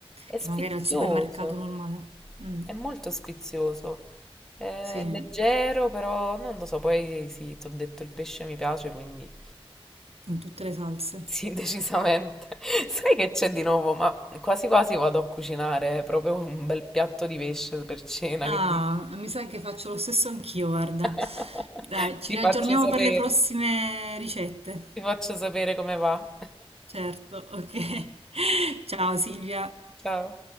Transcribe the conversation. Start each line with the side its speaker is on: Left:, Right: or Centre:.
Centre: È sfizioso,
Right: che magari al supermercato normale. Mm,
Centre: è molto sfizioso. È
Right: Sì, in
Centre: leggero, però non lo so, poi sì, ti ho detto il pesce mi piace, quindi
Right: tutte le salse.
Centre: sì, <laughs> decisamente. Sai che c'è di nuovo? Ma quasi quasi vado a cucinare proprio un bel piatto di pesce per cena,
Right: Ah,
Centre: che dici?
Right: mi sa che faccio lo stesso anch'io, guarda.
Centre: <laughs>
Right: Dai, ci
Centre: Ti
Right: riaggiorniamo
Centre: faccio sapere.
Right: per le prossime ricette.
Centre: Ti faccio sapere come va.
Right: Certo, ok. <laughs> Ciao Silvia.
Centre: Ciao.